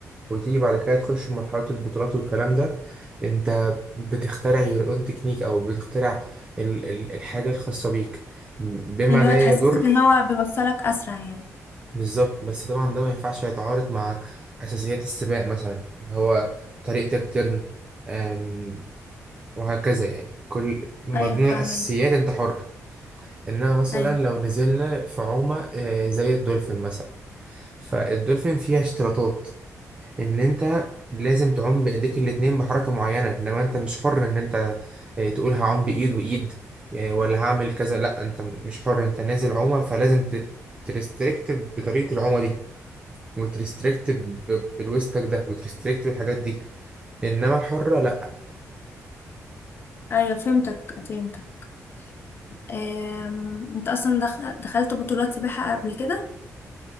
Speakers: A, on the right; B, on the left.
A: وتيجي بعد كده تخش في مرحلة البطولات والكلام ده انت بتخترع your own تكنيك او بتخترع ال ال الحاجة الخاصة بيك بما
B: اللي
A: لا
B: هو تحسسك
A: يضر
B: ان هو بيوصلك اسرع يعني
A: بالظبط بس طبعا ده ما ينفعش يتعارض مع أساسيات السباق مثلا اللي هو طريقة الترن أم، وهكذا يعني كل من
B: ايوه
A: ضمن
B: فاهمين
A: الأساسيات انت حر انها مثلا
B: ايوه
A: لو نزلنا في عومة آه، زي الدولفين مثلا فالدولفين فيها اشتراطات ان انت لازم تعوم بايديك الاتنين بحركة معينة انما انت مش حر ان انت آه، تقول هعوم بايد وايد آه، ولا هعمل كذا لا انت مش حر انت نازل عومة فلازم ت- ترستريكت بطريقة العومة دي وترستريكت ب- ب- بالويستك ده وترستريكت بالحاجات دي انما الحرة لا
B: ايوه فهمتك فهمتك آم، انت اصلا دخ... دخلت بطولات سباحة قبل كده